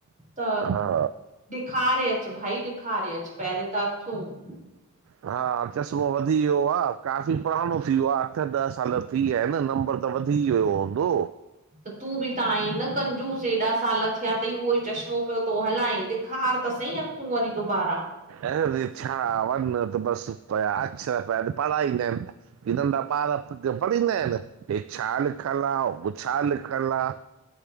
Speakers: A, on the right; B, on the right.
A: त।
B: हा
A: ॾेखारे अच भाई ॾेखारे अच भाई पहिरियों त अखियूं।
B: हा चश्मो वधी वियो आहे काफ़ी पुराणो थी वियो आहे अठ ॾह साल थी विया आहिनि नंबर त वधी वियो हूंदो?
A: त तूं बि त आईीं न कंजूस एॾा साल थिया त उहो ई चश्मो पियो थो हलाई ॾेखार त सही अखूं वरी दुबारा।
B: अरे, छा वञ त बसि पया अक्षर पिया पढ़ाईंदा आहिनि। हिन नंढा ॿार न पडींदा आहिनि हे छा लिखलु आ? हू छा लिखलु आ?